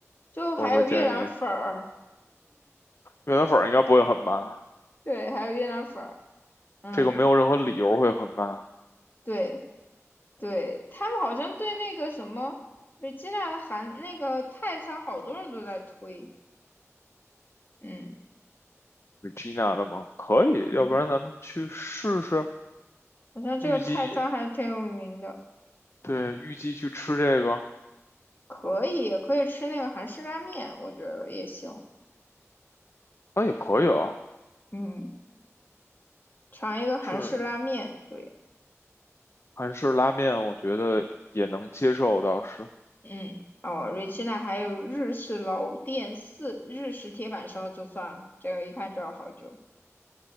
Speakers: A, on the left (about 40°); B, on the left (about 55°).
A: 就还有越南粉儿，
B: 我会建议。越南粉儿应该不会很慢，
A: 对，还有越南粉儿，嗯。
B: 这个没有任何理由会很慢。
A: 对，对，他们好像对那个什么瑞吉娜的韩那个泰餐，好多人都在推，嗯，
B: Regina 的吗？可以，
A: 嗯，
B: 要不然咱们去试试。
A: 好像这个泰餐还挺有名的，
B: 预计，对，预计去吃这个，
A: 可以也可以吃那个韩式拉面，我觉得也行，
B: 啊，也可以啊。
A: 嗯，尝一个韩式拉面，
B: 是
A: 对，
B: 韩式拉面，我觉得也能接受，倒是
A: 嗯，哦瑞吉娜还有日式老店四，日式铁板烧就算了，这个一看就要好久，